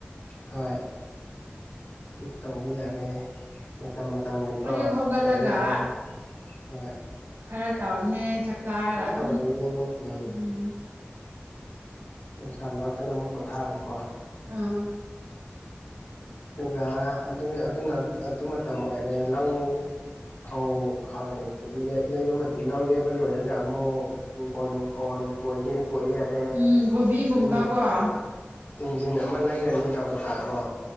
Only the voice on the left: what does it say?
ꯍꯣꯏ ꯇꯧꯕ ꯌꯥꯔꯦ ꯃꯇꯝ ꯃꯇꯝꯒꯤꯀꯣ
ꯇꯧꯕ ꯌꯥꯔꯦ ꯍꯣꯏ
ꯇꯧꯔꯅꯤ ꯎꯝ
ꯅꯨꯡꯁꯥꯥ ꯃꯔꯛꯇꯅ ꯑꯃꯨꯛ ꯄꯣꯊꯥꯕ ꯀꯣ
ꯑꯗꯨꯒ ꯑꯗꯨꯒꯤꯅ ꯑꯗꯨ ꯃꯇꯝ ꯑꯣꯏꯔꯦ ꯂꯧ ꯐꯧ ꯈꯥꯏ ꯑꯗꯒꯤ ꯌꯩꯕ ꯃꯇꯝ ꯂꯧ ꯌꯩꯕ ꯂꯣꯏꯔꯒ ꯑꯃꯨꯛ ꯍꯤꯡꯈꯣꯜ ꯅꯨꯡꯈꯣꯜ ꯈꯣꯏꯒꯦꯗꯤ ꯈꯣꯏ ꯌꯥꯔꯦ
ꯏꯟ
ꯏꯟꯖꯤꯟ ꯑꯃ ꯂꯩꯔꯅꯤ ꯀꯕꯨꯇꯥ ꯀꯣ